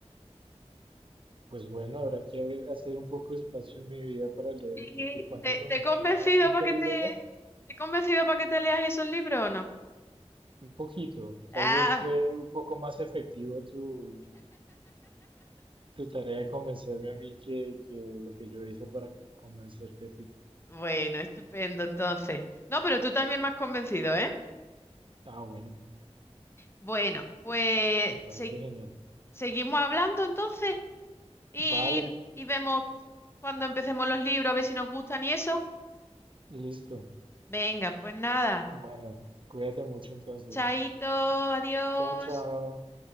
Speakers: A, on the right (about 50°); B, on the left (about 20°).
A: Pues bueno, habrá que haber- hacer un poco de espacio en mi vida para leerlos,
B: Sí,
A: porque ¿cuántos
B: ¿Te,
A: son?
B: te he convencido
A: Son como cinco
B: para que
A: libros
B: te, te
A: ya.
B: he convencido para que te leas esos libros o no?
A: Un poquito. Tal
B: Ah,
A: vez fue un poco más efectivo tu, tu tarea de convencerme a mí que, que lo que yo hice para convencerte a ti.
B: bueno, estupendo entonces. No, pero tú también me has convencido, ¿eh?
A: Ah, bueno,
B: Bueno, pues
A: me parece
B: se-
A: genial.
B: seguimos hablando entonces y,
A: Vale,
B: y vemos cuando empecemos los libros, a ver si nos gustan y eso.
A: listo.
B: Venga, pues nada.
A: Bueno, cuídate mucho entonces.
B: Chaito, adiós.
A: Chao, chao.